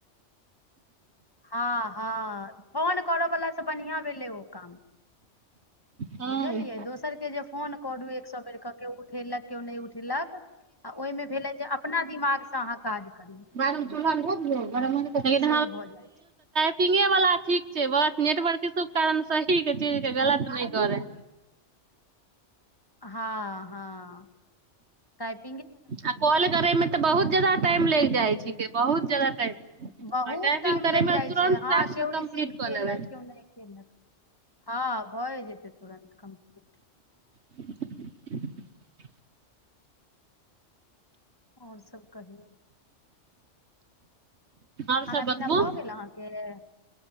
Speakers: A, on the left; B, on the right.
A: हँ हँ फोन करऽ वला से बढ़िआं भेलै ओ काम
B: हँ
A: बुझलियै दोसरकेँ जे फोन करू एक सौ बेर केँ केओ उठेलक केओ नहि उठेलक आ ओहिमे भेलय जे अपना दिमागसँ अहाँ काज करियौ
B: लेकिन
A: से भऽ जाइत छैक
B: ंग वला ठीक छै बस नेटवर्क इशु <unintelligible> कारण सही केँ चीज केंँ गलत नहि करय
A: हँ हँ टाइप
B: आ कॉल करैमे तऽ बहुत जादा टाइम लैग जाइ छिके बहुत जादा टाइम
A: बहुत
B: आ टाइपिंग
A: टाइम
B: करयमे
A: लागि जाइत
B: तुरन्त
A: छैक हँ
B: टास्क
A: केओ
B: कम्प्लीट
A: रिसीव
B: कऽ
A: कयलक
B: लेबै
A: केओ नहि कयलक हँ भय जेतय तुरन्त कम्प्लीट
B: <inaudible>
A: आओर सभ कहियौ
B: आर
A: खाना
B: सब
A: पीना
B: बतबू
A: भऽ गेल अहाँके